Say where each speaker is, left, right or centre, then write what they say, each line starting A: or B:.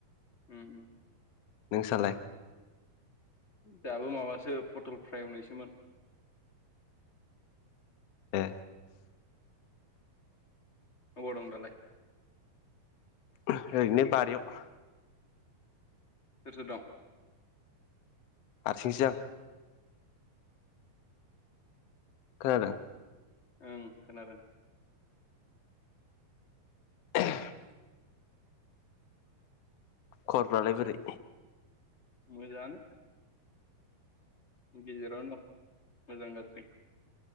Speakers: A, on the left; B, on the left.
A: उम
B: नोंसालाय?
A: जाहाबो माबासो पटल फ्राय एवनायसोमोन।
B: ए
A: अबाव दं दालाइ?
B: ओरैनो बारियाव
A: सोर सोर दं
B: हारसिंसो आं खोनादों?
A: ओं खोनादों
B: <unintelligible> खबरफ्रालाय बोरै?
A: मोजांआनो गेजेरावनो दं। मोजां गाज्रि